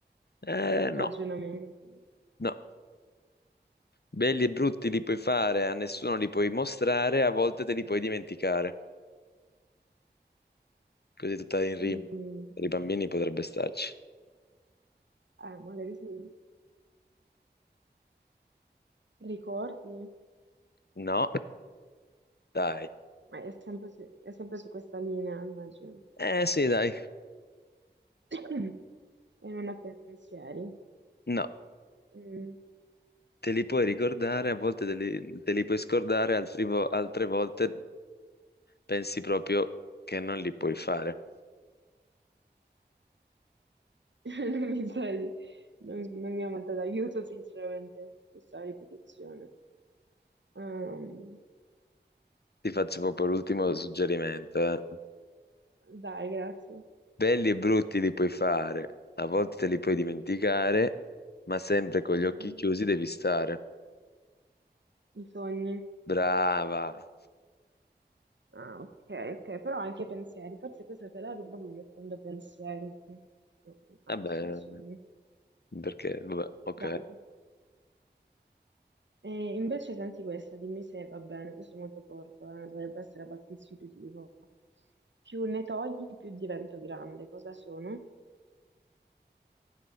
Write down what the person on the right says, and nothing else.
ragionamenti,
Mm,
eh, magari sì. ricordi,
ma è sempre su, è sempre su questa linea, immagino.
<coughs> E non ha pensieri.
Mm.
<laughs> Non mi sa di- non, non mi ha mandato aiuto, sinceramente, questa ripetizione. Ehm,
no.
Dai, grazie.
Mm.
I sogni.
Ah, ok, ok, però anche pensieri. Forse questa te la rubo mettendo pensieri. No, ha
posto di sogni.
Dai. E invece senti questa, dimmi se va bene, questo è molto corto, eh, dovrebbe essere abbastanza intuitivo. Più ne togli, più divento grande. Cosa sono?